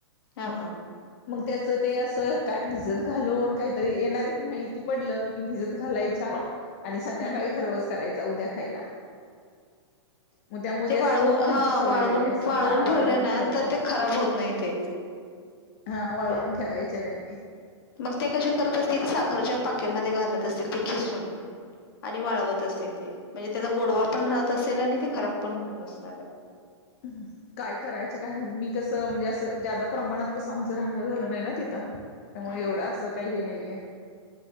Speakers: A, on the left (about 50°); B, on the left (about 30°).
A: हा.
B: मग
A: हा.
B: मग त्याचं ते, असं काय भिजत घालून काय. तरी येणार माहिती पडलं, की भिजत घालायच्या आणि संध्याकाळी
A: हम्म
B: खरवस करायचा उद्या खायला. मग त्यामुळे
A: ते
B: असं
A: वाळवू
B: मऊ खायची
A: हां
B: सवय
A: वाळवून
B: लागली असं
A: वाळवून
B: हा
A: ठेवले ना,
B: ठेवून
A: तर ते खराब होत नाही ते. <inaudible>
B: हा वाळवून ठेवायचे त्यांनी.
A: मग ते कसे करत असतील? साखरच्या पाकेमध्ये घालत असतील ते खिसून. आणि वाळवत असतील ते. म्हणजे त्याचा गोडवा पण राहत असेल आणि ते खराब पण होत नसणार ए.
B: हं. काय करायचं काय म्हण मी कसं म्हणजे असं ज्यादा प्रमाणात कसं आमचं राहणं झालं नाही ना तिथं. त्यामुळे
A: हां हां.
B: एवढं असं काही हे नाहीये.